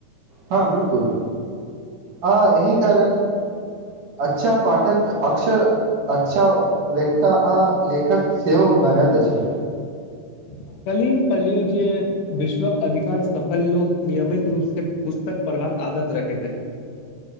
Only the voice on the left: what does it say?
कल्हि हम पढ़लियौ जे विश्वक अधिकांश सफल लोक नियमित रूप से पुस्तक पढ़बाक आदत रखैत अछि।